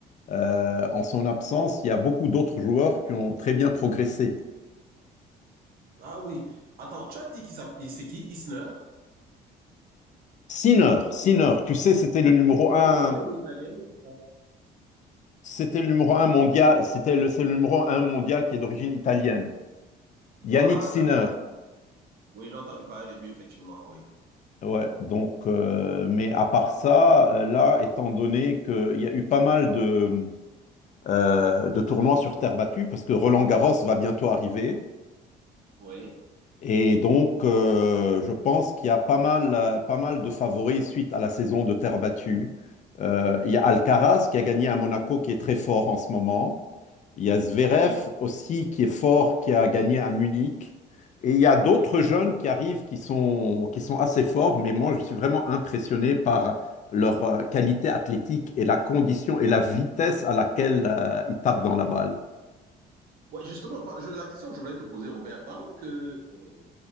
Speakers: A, on the left; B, on the right.
A: Euh, en son absence, il y a beaucoup d'autres joueurs qui ont très bien progressé.
B: Ah oui. Attends, tu as dit qu'il s'appelle, c'est qui? Isner?
A: Sinner, Sinner, tu sais, c'était le numéro
B: ouais,
A: un,
B: il est pas- il est italien, je crois.
A: c'était le numéro un mondial, c'était le, c'est le numéro un mondial qui est d'origine italienne.
B: Ouais,
A: Yannick Sinner.
B: d'accord. Oui, j'ai entendu parler de lui, effectivement, oui.
A: Ouais, donc, euh, mais à part ça, euh, là, étant donné qu'il y a eu pas mal de, euh, de tournois sur terre battue, parce que Roland Garros va bientôt arriver,
B: Oui.
A: Et donc, euh, je pense qu'il y a pas mal, euh, pas mal de favoris suite à la saison de terre battue. Euh, il y a Alcaraz qui a gagné à Monaco, qui est très fort en ce moment. Il y a Zverev
B: Oui.
A: aussi qui est fort, qui a gagné à Munich. Et il y a d'autres
B: Oui.
A: jeunes qui arrivent qui sont, qui sont assez forts, mais moi, je suis vraiment impressionné par leur euh, qualité athlétique et la condition et la vitesse à laquelle euh, ils tapent dans la balle.
B: Ouais, justement, par- je- la question que je voulais te poser, Robert, pendant que euh,